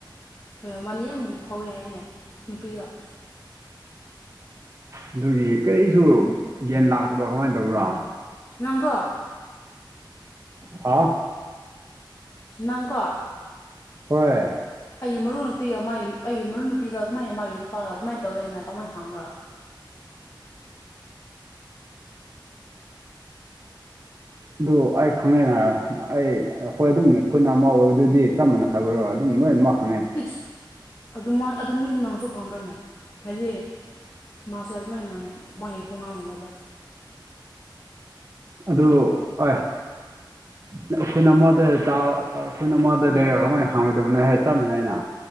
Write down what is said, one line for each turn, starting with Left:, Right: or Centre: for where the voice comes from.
Left: ꯍꯣꯏ ꯃꯥꯗꯤ ꯌꯥꯝ ꯐꯥꯎꯋꯤ ꯍꯥꯏꯅꯦ ꯅꯨꯄꯤꯗꯣ
Right: ꯑꯗꯨꯒꯤ ꯀꯔꯤꯁꯨ ꯒ꯭ꯌꯥꯟ ꯂꯥꯛꯇꯕ ꯀꯃꯥꯏꯟ ꯇꯧꯕ꯭ꯔꯥ
Left: ꯅꯪꯀꯣ
Right: ꯍꯥ
Left: ꯅꯪꯀꯣ
Right: ꯍꯣꯏ
Left: ꯑꯩꯒꯤ ꯃꯔꯨꯞ ꯅꯨꯄꯤꯒ ꯃꯥꯏ ꯑꯩꯒꯤ ꯃꯔꯨ ꯅꯨꯄꯤꯒ ꯑꯗꯨ ꯃꯥꯏ ꯃꯥꯒꯤ ꯅꯨꯄꯥꯒ ꯑꯗꯨꯃꯥꯏꯅ ꯇꯧꯋꯦꯅ ꯀꯃꯥꯏ ꯈꯪꯕ꯭ꯔꯥ
Right: ꯑꯗꯨ ꯑꯩ ꯈꯪꯉꯦꯅ ꯑꯩ ꯑꯩꯈꯣꯏ ꯑꯗꯨꯝ ꯑꯈꯣꯏꯅꯥ ꯑꯃ ꯑꯣꯏꯕꯗꯨꯗꯤ ꯆꯞ ꯃꯅꯥꯕ꯭ꯔꯣ ꯅꯣꯏ ꯃꯈꯥ
Left: ꯏꯁ ꯑꯗꯨꯃꯥꯏ ꯑꯗꯨ ꯃꯣꯏꯗꯤ ꯅꯪꯁꯨ ꯈꯪꯕ꯭ꯔꯅꯦ ꯍꯥꯏꯗꯤ ꯃꯥꯁꯦ ꯑꯗꯨꯃꯥꯏꯟ ꯉꯪꯉꯦ ꯃꯣꯏ ꯈꯣꯡꯉꯥꯡ ꯑꯃꯗ
Right: ꯑꯗꯨ ꯑꯣꯏ ꯅꯥ ꯑꯈꯣꯏꯅ ꯑꯃꯗ ꯇꯥ ꯇꯥ ꯑꯈꯣꯏꯅ ꯑꯃꯗ ꯂꯩꯔꯒꯥ ꯃꯣꯏ ꯍꯥꯎꯔꯣꯏꯗꯕꯅꯦ ꯍꯥꯏ ꯆꯞ ꯃꯟꯅꯩꯅ